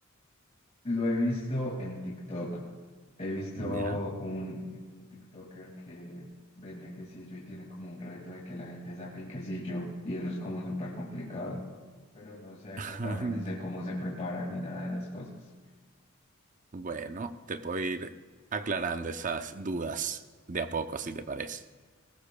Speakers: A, on the left; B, on the right.
A: Lo he visto en TikTok. He visto
B: Ya.
A: un, un TikToker que vende quesillo y tiene como un reto de que la gente saque el quesillo y eso es como súper complicado. Pero no sé a
B: <laughs>
A: qué sabe ni sé cómo se prepara ni nada de esas cosas.
B: Bueno, te puedo ir aclarando esas dudas de a poco, si te parece.